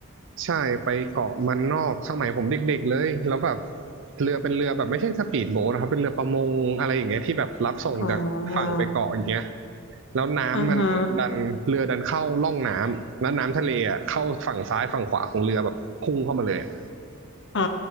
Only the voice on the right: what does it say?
ใช่ไปเกาะมันนอกสมัยผมเด็กๆเลยแล้วแบบเรือเป็นเรือแบบไม่ใช่สปีดโบ๊ทนะครับเป็นเรือประมงอะไรอย่างเงี้ยที่แบบรับส่งจากฝั่งไปเกาะอย่างเงี้ย
แล้วน้ำมันดันเรือดันเข้าล่องน้ำแล้วน้ำทะเลอ่ะเข้าฝั่งซ้ายฝั่งขวาของเรือแบบพุ่งเข้ามาเลยอะ